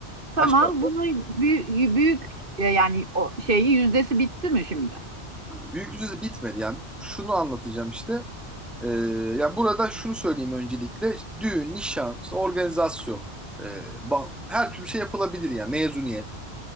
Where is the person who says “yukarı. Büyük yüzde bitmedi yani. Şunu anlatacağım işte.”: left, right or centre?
Centre